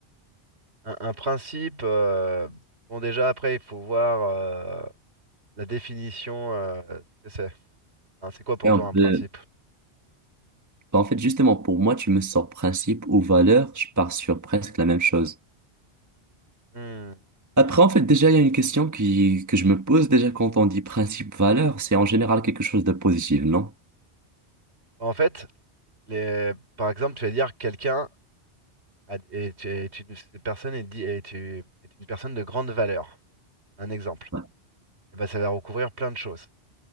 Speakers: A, on the right; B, on the right.
A: Un, un principe, euh, bon déjà après, il faut voir euh, la définition, euh, ce que c'est. Hein, c'est quoi pour
B: Et on
A: toi un principe?
B: peut... bah, en fait, justement, pour moi, tu me sors principe ou valeur, je pars sur presque la même chose.
A: Hmm.
B: Après, en fait, déjà, il y a une question qui... que je me pose déjà quand on dit principe, valeur, c'est en général quelque chose de positif, non?
A: Bah, En fait, Les- Par exemple, tu vas dire quelqu'un a- est, est une, cette personne est, di- est une est une personne de grande valeur. Un exemple.
B: Ouais.
A: Et ben, ça va recouvrir plein de choses.